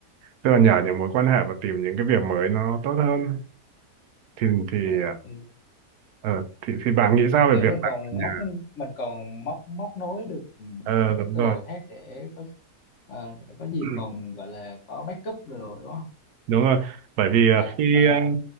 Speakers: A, on the right; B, on the left.
A: tức là nhờ những mối quan hệ và tìm những cái việc mới nó tốt hơn. Thì thì
B: à,
A: à,
B: ừ,
A: ờ, thì thì bạn nghĩ sao về
B: kiểu
A: việc
B: mình
A: làm
B: còn
A: ở nhà?
B: móc mình còn móc móc nối được ừ,
A: Ờ
B: mấy
A: đúng
B: cái cơ
A: rồi.
B: hội khác để có à, để có gì
A: Ừ,
B: còn gọi là có backup rồi đúng không
A: đúng rồi bởi vì
B: mà
A: à, khi
B: mà
A: à,